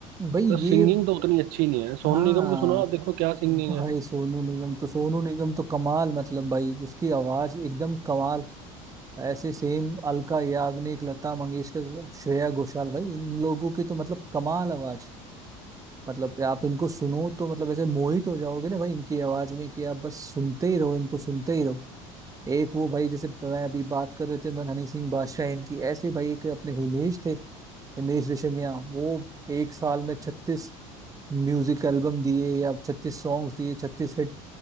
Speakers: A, on the right; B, on the right.
A: भाई
B: तो
A: ये
B: सिंगिंग तो उतनी अच्छी नहीं है सोनू
A: हाँ
B: निगम को सुनो आप देखो क्या सिंगिंग
A: भाई
B: है
A: सोनू निगम तो सोनू निगम तो कमाल मतलब भाई उसकी आवाज एकदम कमाल ऐसे सेम अलका याग्निक लता मंगेशकर श्रेया घोषाल भाई इन लोगों की तो मतलब कमाल आवाज मतलब कि आप इनको सुनो तो मतलब ऐसे मोहित हो जाओगे ना भाई इनकी आवाज में कि आप बस सुनते ही रहो इनको सुनते ही रहो एक वो भाई जैसे मैं अभी बात कर रहे थे मन हनी सिंह बादशाह इनकी ऐसे ही भाई एक अपने हिमेश थे हिमेश रेशमिया वो एक साल में छत्तीस म्यूजिक एल्बम दिए या छत्तीस सॉन्ग्स दिए छत्तीस हिट